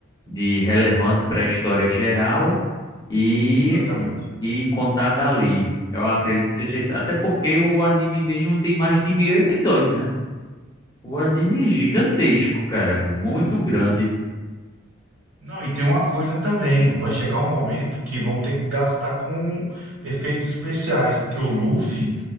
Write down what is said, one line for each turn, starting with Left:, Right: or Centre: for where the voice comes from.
Left: de relevante para a história geral e,
Right: Exatamente.
Left: e contar dali. Eu acredito que seja isso. Até porque o anime mesmo tem mais de mil episódios, né? O anime é gigantesco, cara. Muito grande.
Right: Não, e tem uma coisa também, vai chegar um momento que vão ter que gastar com efeitos especiais, porque o Luffy,